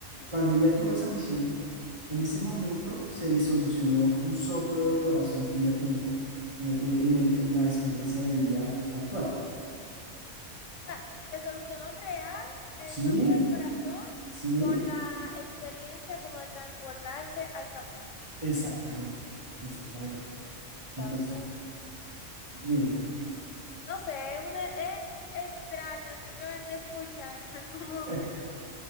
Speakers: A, on the right; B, on the left.
A: cuando ella tuvo esa visión, en ese momento se le solucionó un soplo de corazón que ella tenía eh, en, en el- en la experiencia de vida actual.
B: O sea, se solucionó real el
A: Sí,
B: soplo del corazón
A: sí,
B: con la experiencia como de transportarse al pasado.
A: exactamente, exactamente. Entonces,
B: Wow, eso,
A: dime.
B: no sé, es, una, es extraño simplemente escucharlo, <laughs> como,
A: <laughs>